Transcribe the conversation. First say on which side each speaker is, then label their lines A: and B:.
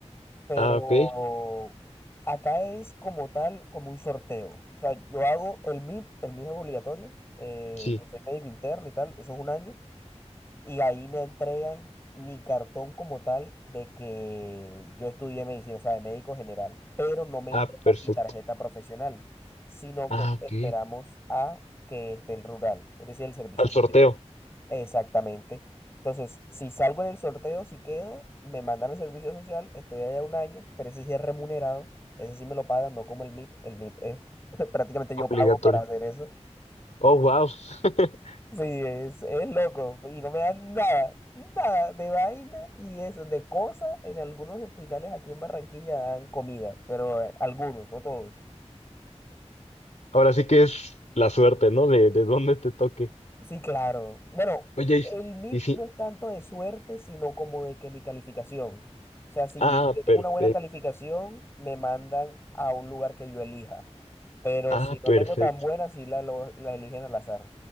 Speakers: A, on the left (about 20°); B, on the left (about 85°).
A: pero
B: Ah, ok,
A: acá es como tal, como un sorteo. O sea, yo hago el MIP, el MIP es obligatorio, eh,
B: sí.
A: que soy médico interno y tal, eso es un año. y ahí me entregan mi cartón como tal de que yo estudié medicina, o sea, de médico general, pero no me
B: Ah,
A: entregan
B: perfecto.
A: mi tarjeta profesional, sino
B: Ah,
A: que
B: ok.
A: esperamos a que esté el rural, es decir, el servicio
B: Al
A: social.
B: sorteo,
A: Exactamente. Entonces, si salgo en el sorteo, si quedo, me mandan al servicio social, estoy allá un año, pero ese sí es remunerado, ese sí me lo pagan, no como el MIP, el MIP es <laughs> prácticamente yo
B: obligatorio.
A: pago para hacer eso.
B: Oh, wow. <laughs>
A: Sí, es, es loco y no me dan nada, nada de vaina y eso, de cosas. En algunos hospitales aquí en Barranquilla dan comida, pero eh, algunos, no todos.
B: Ahora sí que es la suerte, ¿no? De, de dónde te toque.
A: Sí, claro. Bueno,
B: Oye,
A: el MIP
B: y, y sí.
A: no es tanto de suerte, sino como de que mi calificación. O sea, si
B: Ah,
A: yo tengo
B: perfecto.
A: una buena calificación, me mandan a un lugar que yo elija. Pero
B: Ah,
A: si no
B: perfecto.
A: tengo tan buena, sí la, lo- la eligen al azar.